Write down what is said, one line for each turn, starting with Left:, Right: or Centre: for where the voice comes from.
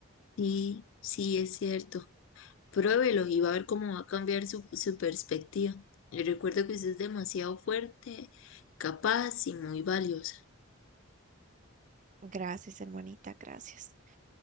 Left: Sí, sí, es cierto. Pruébelo y va a ver cómo va a cambiar su, su perspectiva. Y recuerda que usted es demasiado fuerte, capaz y muy valiosa.
Right: Gracias, hermanita, gracias.